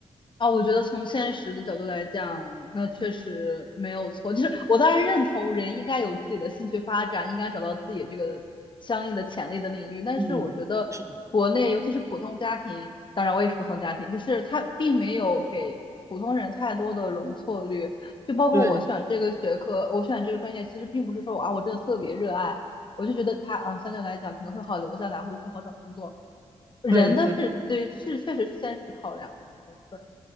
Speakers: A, on the left (about 40°); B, on the right (about 25°).
A: 啊，我觉得从现实的角度来讲，那确实没有错。就是我当然认同人应该有自己的兴趣发展，应该找到自己这个相应的潜力的领域。但是我觉得国内，
B: 嗯，是的，
A: 尤其是普通家庭，当然我也是普通家庭，就是他并没有给普通人太多的容错率。就包括我选这个学科，
B: 对
A: 我选这个专业，其实并不是说我啊我真的特别热爱，我就觉得它啊相对来讲可能会好留下来，或者是好找工作。人的是对是确实是现实考量的部分，
B: 对对